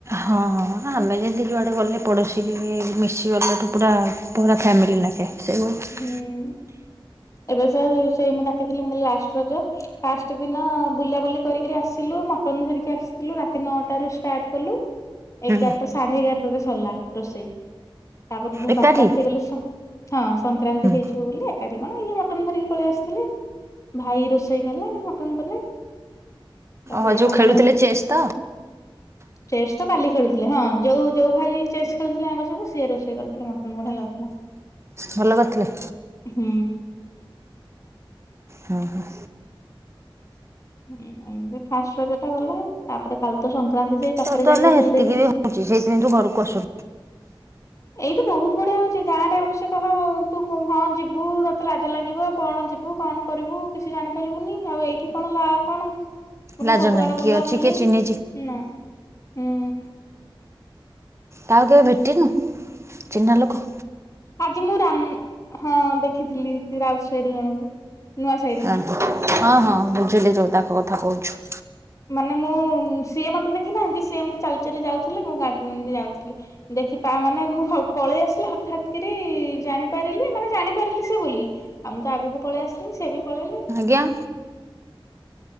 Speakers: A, on the right; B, on the left.
A: ହଁ ହଁ ଆମର୍ଜେନ୍ସି ଯୁଆଡ଼େ ଗଲେ ପଡ଼ୋଶୀ ମିଶିଗଲାଠୁ ପୁରା ପୁରରା ଫ୍ୟାମିଲି ନଖେ। ସେ <unintelligible>
B: ହୁଁ। ଏବେ ସ ସେଇ ମୁଁ ଡାକଥିଲି ମୁ କ ଲାଷ୍ଟ ରଜ ଫାଷ୍ଟ ଦିନ ବୁଲାବୁଲି କରିକରି ଆସିଲୁ ମ ଅଟନ ଧରିକି ଆସିଥିଲୁ ରାତି ନଅଟାରୁ ଷ୍ଟାର୍ଟ କଲୁ। ଏଗାରଟା
A: ହୁଁ
B: ସାଢ଼େ ଏଗାରଟାରେ ସରିଲା ରୋଷେଇ। ତାପରେ ଦମେ
A: ଏକାଠି
B: ବାରଟା ହେଇଗଲେ ହଁ ସଂକ୍ରାନ୍ତି
A: ହୁଁ
B: ହେଇଯିବ ବୋଲି। ଏକାଠି କଣ ଇଏ ମଟନ ଧରିକି ପଳେଇ ଆସିଥିଲେ ଭାଇ ରୋଷେଇ କଲେ ମଟନ କଲେ ତାପରେ
A: ଆଉ
B: ଏଇଠି
A: ଯୋଉ
B: ଆମ
A: ଖେଳୁଥିଲେ
B: <unintelligible>
A: ଚେସ୍ ତ
B: ଚେସ୍ ତ କାଲି ଖେଳୁଥିଲେ ହଁ ଯୋଉ ଯୋଉ ଭାଇ ଚେସ୍ ଖେଳୁଥିଲେ ଆଙ୍କ ସହିତ ସିଏ ରୋଷେଇ କରିଥିଲେ ମଟନ ବଢିଆ ଲାଗୁଥିଲା।
A: ଭଲ କରିଥିଲେ?
B: ହୁଁ।
A: ହଁ ହଁ।
B: ହୁଁ ଏମତି ଫାଷ୍ଟ ରଜା ଟା ଗଲା ତାପରେ କାଲି ତ ସଂକ୍ରାନ୍ତି ଯାଇ
A: ତୋର
B: ପାଖରେ
A: ତ
B: ଯାଇକିରି
A: ହେଲେ ହେତିକି
B: ବୁଲି ଦେଇକି।
A: ବି ହଉଛି ସେଇଥିପାଇଁ ତୁ ଘରକୁ ଆସୁ
B: ଏଇତ ବହୁତ ବଢିଆ ହଉଛି ଗାଁ ରେ ଅବଶ୍ୟ କହ ତୁ ହଁ ଯିବୁ ତତେ ଲାଜ ଲାଗିବ କଣ ଯିବୁ କଣ କରିବୁ କିଛି ଜାଣିପାରିବୁନି ଆଉ ଏଇଠି କଣ କଣ ପୁଣି
A: ଲାଜ
B: ସବୁଆଡେ
A: ନାହିଁ କିଏ
B: ବୁଲା
A: ଅଛି
B: ବୁଲି
A: କିଏ ଚିହ୍ନିଛି
B: ନା ହୁଁ
A: ତା ଆଉ କେବେ ଭେଟିିନୁ ଚିହ୍ନା ଲୋକ
B: ଆଜି ମୁଁ ହଁ ଦେଖିଥିଲି ରାଉ ସାହିରୁ ଜଣଙ୍କୁ ନୂଆ ସାହିର।
A: ଓ ହ ହଁ ହଁ ବୁଝିଲେ ଯେଉଁ ତାକ କଥା କହୁଛୁ।
B: ମାନେ ମୁଁ ସିଏ ମତେ ଦେଖିନାହାନ୍ତି ସିଏ ଏମିତି ଚାଲି ଚାଲି ଯାଉଥିଲେ ମୁଁ ଗାଡିରେ ଏମିତି ଯାଉଥିଲି। ଦେଖି ମାନେ ମୁଁ ପଳେଇ ଆସିଲି ହଠାତ୍ କରି ଜାଣିପାରିଲି ମାନେ ଜାଣିପାରିଲି ସେ ବୋଲି ଆ ମୁଁ ତ ଆଗକୁ ପଳେଇ ଆସିଲିଣିି ସେ ବି ପଳେଇଲେ।
A: ଆଜ୍ଞା